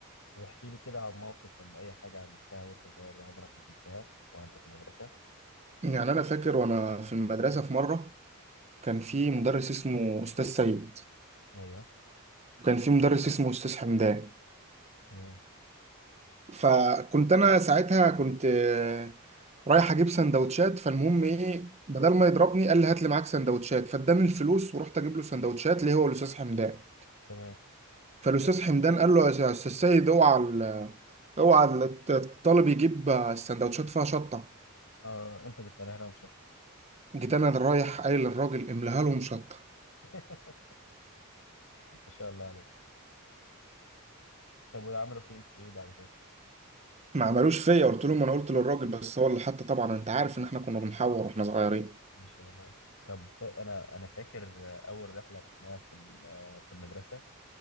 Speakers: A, on the left (about 65°); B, on the right (about 30°).
A: طب احكي لي كده عن موقف ولا اي حاجه عملتها وانت صغير عمرك ما تنساها وانت في المدرسه
B: يعني انا فاكر وانا في المدرسه في مره كان في مدرس اسمه استاذ سيد
A: ايوه
B: وكان في مدرس اسمه استاذ حمدان
A: تمام
B: فكنت انا ساعتها كنت آه، رايح اجيب سندوتشات فالمهم ايه بدل ما يضربني قال لي هات لي معاك سندوتشات فاداني الفلوس ورحت اجيب له سندوتشات ليه هو الاستاذ حمدان
A: تمام
B: فالاستاذ حمدان قال له يا استاذ سيد اوعى ال- اوعى الطالب يجيب السندوتشات فيها شطه
A: اه انت جيت لي هنا ومش أنت.
B: جيت انا رايح قايل للراجل املاها لهم شطه
A: <laughs> ما شاء الله عليك طب وعملوا فيك ايه بعد كده
B: ما عملوش فيا قلت لهم انا قلت للراجل بس هو اللي حتى طبعا انت عارف ان احنا كنا بنحور واحنا صغيرين
A: ما شاء الله عليك طب فا... انا انا فاكر اول رحله رحناها في ال- في المدرسه